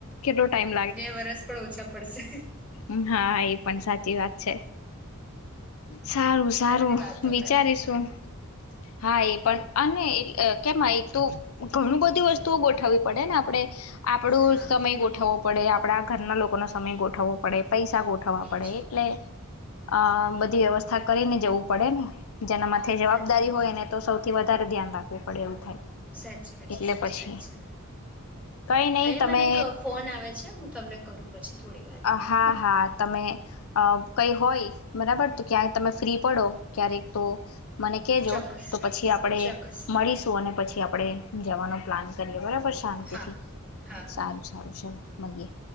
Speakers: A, on the left; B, in the centre.
A: કેટલો ટાઈમ
B: બે વરસ પણ ઓછા પડશે.
A: હમ્મ હા એ પણ સાચી વાત છે. સારું-સારું
B: જવાની વાતો
A: વિચારીશું.
B: કરાય છે
A: હા એ પણ અને એ અ કેમ એક તો ઘણું બધી વસ્તુઓ ગોઠવવી પડે ને આપળે આપડું
B: હા
A: સમય ગોઠવવો પડે, આપળા ઘરના લોકોનો સમય ગોઠવવો પડે પૈસા ગોઠવવા
B: એજ
A: પડે એટલે અ બધી વ્યવસ્થા કરીને જવું પડે ને. જેના મથે જવાબ
B: સાચી
A: દારી હોય
B: વાત છે
A: ને તો સૌ કે વધારે ધ્યાન રાખવુ પડે એવું થાય
B: સાચી વાત છે,
A: એટલે
B: સાચી
A: પછી
B: વાત છે
A: કઈ નહી
B: કઈક
A: તમે
B: મને એક ફોન આવે છે હું તમને કરું પછી થોડી વારમાં
A: હા-હા
B: હા ને
A: તમે અ કઈ હોય બરાબર તો ક્યાં તમે ફ્રી પડો ક્યારેક તો મને, કેજો
B: ચોક્કસ
A: તો પછી આપળે
B: ચોક્કસ
A: મળીશું અને પછી આપળે જવાનો પ્લાન કરીએ બરાબર પણ શાંતિથી,
B: હા હા
A: સારું સારું ચલો. મળીયે.